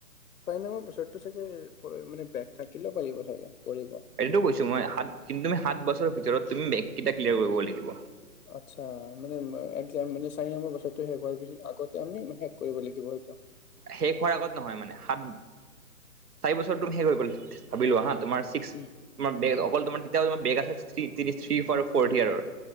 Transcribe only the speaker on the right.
সেইটোতো কৈছো মই সাত' কিন্তু তুমি সাত বছৰৰ ভিতৰত তুমি ব্ৰেক কেইটা ক্লিয়াৰ কৰিব লাগিব।
শেষ হোৱাৰ আগত নহয় মানে সাত চাৰি বছৰটো শেষ হৈ গল ভাবি লোৱা হাঁ তোমাৰ ছিক্স
ব্ৰেক অকল‌ তোমাৰ তেতিয়া ব্ৰেক আছে থিৰী আৰু ফ'থ ইয়াৰৰ